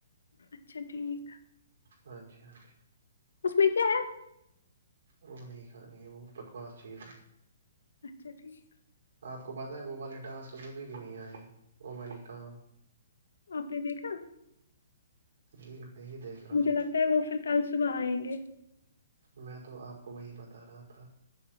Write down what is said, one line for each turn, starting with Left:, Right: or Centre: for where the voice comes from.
Left: اچھا ٹھیک
Right: ہاں جی ہاں جی
Left: اس میں کیا ہے
Right: وہ نہیں کھانی ہے وہ بکواس چیز ہے
Left: اچھا ٹھیک
Right: آپ کو پتہ ہے وہ والے ٹاسک کبھی بھی نہیں آئے وہ والی کام
Left: آپ نے دیکھا
Right: جی میں ہی دیکھ رہا
Left: مجھے
Right: ہوں
Left: لگتا وہ پھر کل صبح آئیں گے
Right: میں تو آپ کو وہی بتا رہا تھا